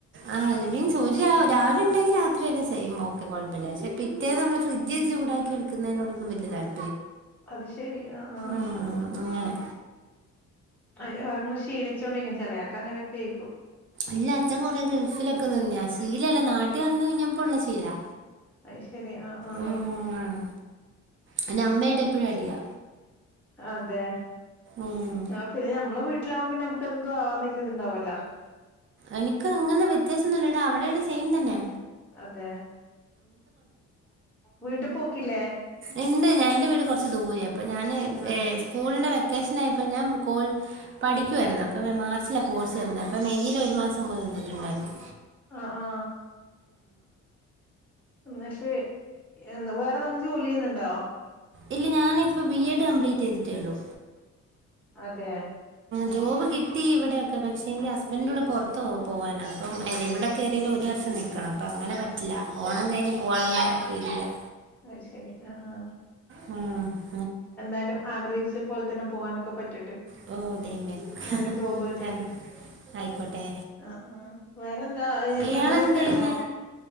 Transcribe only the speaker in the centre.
അത് ശരി ആ ആ
അ <unintelligible> അവരങ്ങ് ശീവിച്ചോണ്ടെ <unintelligible> ചിലയാക്ക് അങ്ങനെയൊക്കേയ്ക്കും
ഐശരി ആ ആ
അതെ
ആ പിന്നെ അമ്മളെ വീ ട്ടിലാവുമ്പിന്നെ അമുക്ക് എന്തും ആവാന്നില്ല ഇതുണ്ടാവു അല്ലാ
അതെ വീട്ടി പോക്കില്ലേ
അതെ
ആഹ് ആ ഇന്നിട്ട് എന്ന് വേറെന്തെങ്കിലും ജോലി ചെയ്യുന്നൊണ്ടോ
അതെ
ഐശരി ആ ആ
എന്താലും ആഗ്രഹിച്ച പോല തന്നെ പോവാനൊക്കെ പറ്റട്ട്
നല്ല ജോബ് കിട്ടട്ട്
ആ ആ വേറെന്താ ബ്രദറൊക്കെ
ഇണ്ടോ